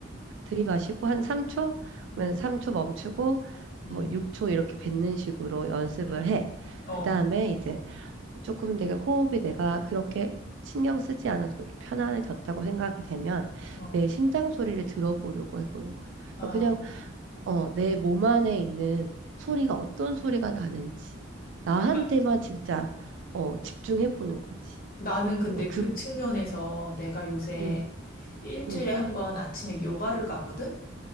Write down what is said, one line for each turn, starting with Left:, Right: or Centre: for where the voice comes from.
Right: 들이마시고 한 3초
Left: 음,
Right: 그러면 3초 멈추고
Left: 음,
Right: 뭐 6초 이렇게 뱉는 식으로 연습을
Left: 음.
Right: 해.
Left: 어,
Right: 그다음에 이제 조금 되게 호흡이 내가 그렇게 신경 쓰지 않아도 이렇게 편안해졌다고 생각이 되면
Left: 어.
Right: 내 심장 소리를 들어보려고 해보는 거야.
Left: 아,
Right: 그냥 어, 내 몸 안에 있는 소리가 어떤 소리가 나는지. 나한테만
Left: 나,
Right: 진짜, 어, 집중해 보는 거지.
Left: 나는 근데
Right: 어, 그,
Left: 그 측면에서 내가 요새
Right: 음,
Left: 일주일에
Right: 음,
Left: 한번 아침에 요가를 가거든?